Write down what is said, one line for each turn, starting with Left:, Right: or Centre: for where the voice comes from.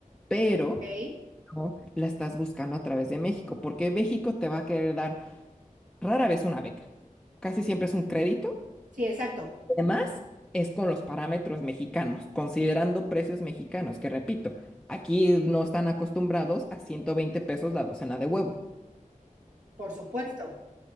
Centre: Pero
Right: ¿Ok?
Centre: no la estás buscando a través de México, porque México te va a querer dar rara vez una beca. Casi siempre es un crédito.
Right: Sí, exacto,
Centre: Además, es con los parámetros mexicanos, considerando precios mexicanos, que repito, aquí no están acostumbrados a 120 pesos la docena de huevo.
Right: por supuesto.